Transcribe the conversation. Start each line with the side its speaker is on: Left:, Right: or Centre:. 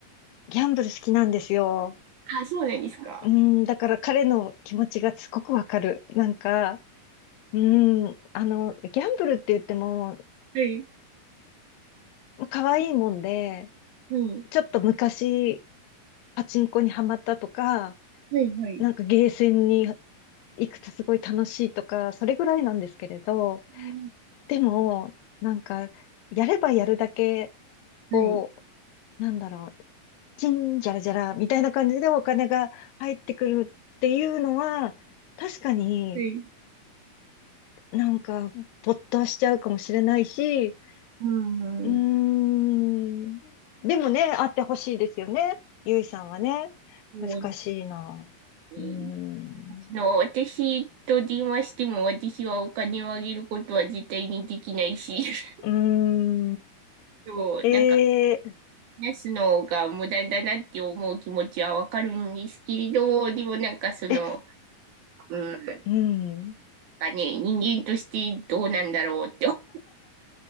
Left: ギャンブル好きなんですよ。
Right: あ、そうなんですか。
Left: うーん、だから彼の気持ちがすごくわかる。なんか、うーん、あの、ギャンブルって言っても、
Right: はい。
Left: 可愛いもんで、
Right: はい。
Left: ちょっと昔、パチンコにハマったとか、
Right: はい。はい。
Left: なんかゲーセンに行くとすごい楽しいとか、それぐらいなんですけれど、
Right: うん
Left: でも、なんか、やればやるだけ、こ
Right: はい。
Left: う、なんだろう、チンジャラジャラみたいな感じでお金が入ってくるっていうのは、確かに
Right: はい。
Left: なんか、没頭しちゃうかもしれないし、
Right: うん。
Left: うーん。でもね、あってほしいですよね。ゆいさんはね。
Right: そうなんです
Left: 難しいな。
Right: ね。
Left: うーん。
Right: あの、私と電話しても私はお金をあげることは絶対にできないし、<laughs>
Left: うー
Right: そう、
Left: ん。
Right: なんか
Left: ええ
Right: 話すのが無駄だなって思う気持ちはわかるんですけれど、でもなんかその、
Left: え、
Right: うん、なん
Left: うん。
Right: かね、人間としてどうなんだろうって <laughs>